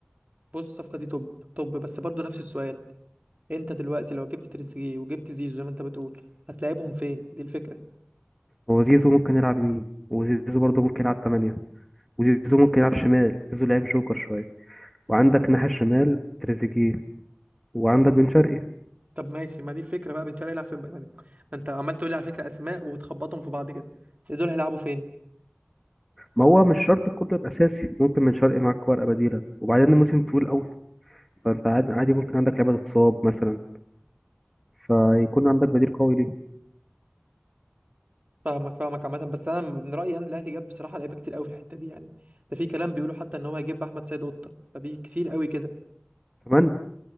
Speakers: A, on the right; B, in the centre.
A: بص الصفقة دي توب توب بس برضو نفس السؤال انت دلوقتي لو جبت تريزيجيه وجبت زيزو زي ما انت بتقول هتلاعبهم فين دي الفكرة
B: هو زيزو ممكن يلعب يمين وزيزو برضه ممكن يلعب تمانية وزيزو ممكن يلعب شمال زيزو لعيب جوكر شوية وعندك ناحية الشمال تريزيجيه وعندك بن شرقي
A: طب ماشي ما دي الفكرة بقى بن شرقي هيلعب فين بقى ما دي- ما انت عمال تقول لي على فكرة اسماء وتخبطهم في بعض كده دول هيلعبوا فين
B: ما هو مش شرط كله يبقى اساسي ممكن من شرقي معاك ورقه بديله وبعدين الموسم طويل قوي فانت عاد- عادي ممكن عندك لعبه تتصاب مثلا فيكون عندك بديل قوي ليه
A: فاهمك فاهمك عامة بس أنا من رأيي أن الأهلي جاب بصراحة لعيبة كتير قوي في الحتة دي يعني ده في كلام بيقولوا حتى إن هو هيجيب أحمد سيد قطة فدي كتير قوي كده
B: كمان